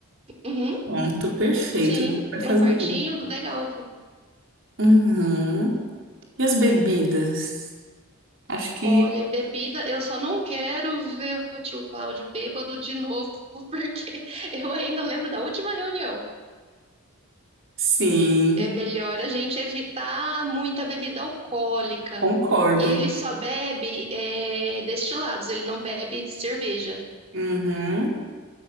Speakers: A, on the right (about 30°); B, on the right (about 55°).
A: Uhum,
B: Pronto, perfeito.
A: Sim,
B: Dá pra
A: tem
B: fazer
A: um quartinho
B: isso.
A: legal aqui.
B: Uhum. E as bebidas? Acho que
A: Olha, bebida, eu só não quero ver o tio Cláudio bêbado de novo, <laughs> porque eu ainda lembro da última reunião.
B: sim,
A: É melhor a gente evitar muita bebida alcoólica.
B: concordo.
A: E ele só bebe é, destilados, ele não bebe cerveja.
B: Uhum.